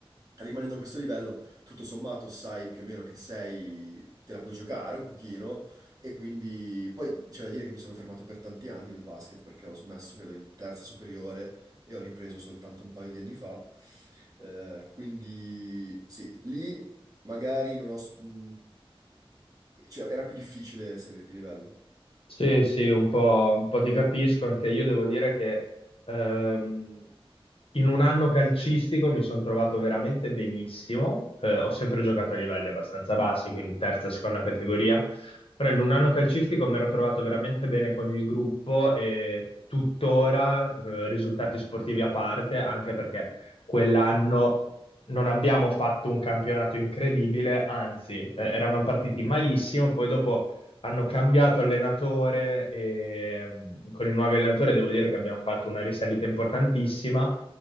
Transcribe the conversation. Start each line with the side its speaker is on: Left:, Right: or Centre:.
Right: rimanendo a questo livello, tutto sommato sai più o meno che sei, te la puoi giocare un pochino e quindi poi c'è da dire che mi sono fermato per tanti anni nel basket perché ho smesso credo in terza superiore e ho ripreso soltanto un paio di anni fa. Eh, quindi sì, lì magari non ho... s- mh, cioè, era più difficile salire di livello.
Left: Sì, sì, un po', un po' ti capisco, anche io devo dire che ehm, in un anno calcistico mi sono trovato veramente benissimo, Eh, ho sempre giocato a livelli abbastanza bassi, quindi terza, seconda categoria, però in un anno calcistico mi ero trovato veramente bene con il gruppo e tuttora eh, risultati sportivi a parte, anche perché quell'anno non abbiamo fatto un campionato incredibile, anzi eh, eravamo partiti malissimo, poi dopo hanno cambiato allenatore e mh, con i nuovi allenatori devo dire che abbiamo fatto una risalita importantissima,